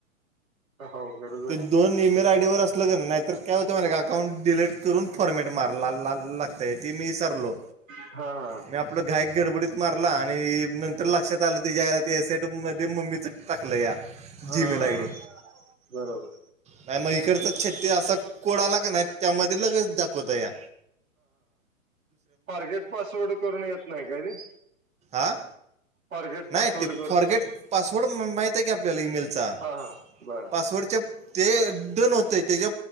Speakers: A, on the right (about 75°); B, on the right (about 15°).
A: अवघड
B: ते दोन ई मेल आय डीवर असलं का नाही तर काय होतं माहिते काय अकाउंट डिलीट करून फॉर्मेट मारायला ला ला लागतय ते मी ईसारलो
A: हा हा
B: मी आपलं घाईक गडबडीत मारला आणि नंतर लक्षात आलं <unintelligible> ते सेटिंग मध्ये मम्मीचं टाकलया जी
A: हा हा
B: मेल आयडी
A: बरोबर
B: नाही म इकडचा छत्ती असा कोड आला का नाही त्यामध्ये लगेच दाखवतया
A: फॉरगेट पासवर्ड करून येत नाही का ते?
B: आं?
A: फॉरगेट पासवर्ड
B: नाही ते
A: करून
B: फॉरगेट पासवर्ड माहित आहे की आपल्याला ईमेलचा
A: हा हा बर
B: पासवर्डच्या ते डन होते त्याच्या